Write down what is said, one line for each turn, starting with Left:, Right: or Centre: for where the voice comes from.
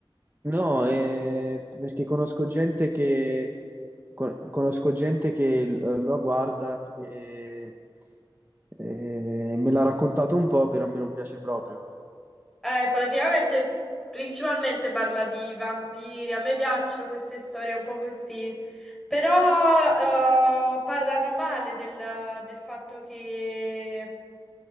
Right: No, eh, perché conosco gente che, co- conosco gente che l- lo guarda e, e me l'ha raccontato un po', però a me non piace proprio.
Centre: Eh, praticamente, principalmente parla di vampiri, a me piacciono queste storie un po' così. Però eh, parlano male del, del fatto che